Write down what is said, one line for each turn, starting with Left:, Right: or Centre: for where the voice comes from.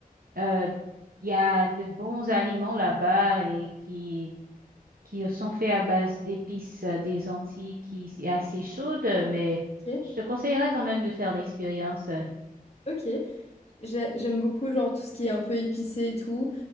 Right: euh, il y a de bons aliments là-bas et qui, qui sont faits à base d'épices euh, des Antilles qui est assez chaude, mais
Left: Ok,
Right: je te conseillerais quand même de faire l'expérience. euh.
Left: ok. J'ai- J'aime beaucoup genre tout ce qui est un peu épicé et tout.